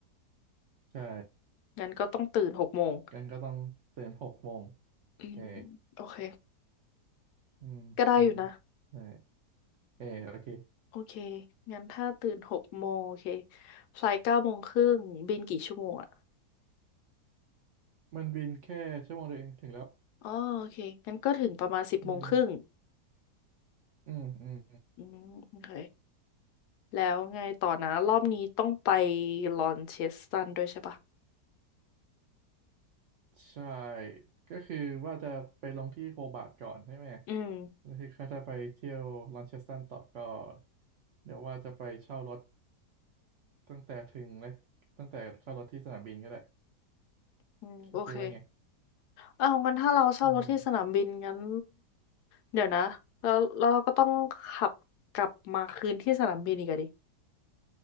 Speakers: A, on the right; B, on the left.
A: ใช่
B: งั้นก็ต้องตื่นหกโมง
A: กันก็ต้องตื่นหกโมง
B: อืม
A: เออ
B: โอเค
A: อืมอืม
B: ก็ได้อยู่นะ
A: ใช่เออโอเค
B: โอเคงั้นถ้าตื่นหกโมงโอเคไฟล์เก้าโมงครึ่งบินกี่ชั่วโมงอ่ะ
A: มันบินแค่ชั่วโมงเดียวเองถึงแล้ว
B: อ๋อโอเคงั้นก็ถึงประมาณสิบโมงครึ่ง
A: อืมอืมอืม
B: อืมโอเคแล้วไงต่อนะรอบนี้ต้องไปลอนเชสตันด้วยใช่ปะ
A: ใช่ก็คือว่าจะไปลงที่โฮบาร์ตก่อนใช่ไหม
B: อืม
A: แล้วที่เขาจะไปเที่ยวลอนเชสตันต่อก็เดี๋ยวว่าจะไปเช่ารถตั้งแต่ถึงเลยตั้งแต่เช่ารถที่สนามบินก็ได้
B: อืมโอเค
A: คิดคิดว่าไง
B: เอาวงั้นถ้าเราเช่ารถที่สนามบินงั้น
A: อืม
B: เดี๋ยวนะแล้วแล้วเราก็ต้องขับกลับมาคืนที่สนามบินอีกอะดิ